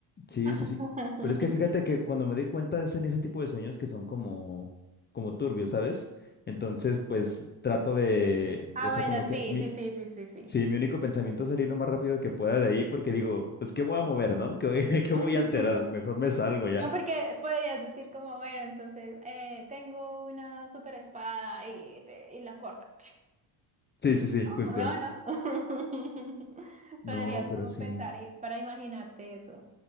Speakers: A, on the left; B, on the right.
A: sí, sí, sí.
B: <laughs>
A: Pero es que fíjate que cuando me doy cuenta es en ese tipo de sueños que son como, como turbios, ¿sabes? Entonces, pues trato de,
B: Ah,
A: o sea,
B: bueno,
A: como que
B: sí,
A: mi,
B: sí, sí, sí, sí, sí.
A: sí, mi único pensamiento es salir lo más rápido que pueda de ahí, porque digo, pues, ¿qué voy a mover, no? ¿Qué, voy- <laughs> qué
B: <laughs>
A: voy a alterar? Mejor me salgo ya.
B: No, porque podrías decir como, bueno, entonces eh, tengo una super espada y, te- y la corta.
A: Sí, sí, sí, justo.
B: O no, no. <laughs>
A: No,
B: Podrías
A: pero
B: como
A: sí.
B: pensar y- para imaginarte eso.